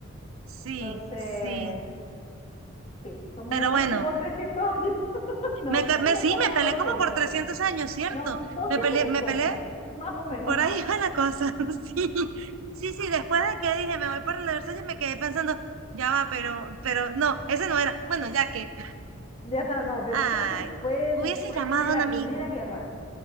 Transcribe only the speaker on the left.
Entonces,
sí, son más
o menos
como trescientos años, <laughs> no,
son
no
como
200.
no, doscientos
cincuenta
más o menos.
<laughs>
Ya está, no, Versalles
fue
después
de la
Primera Guerra,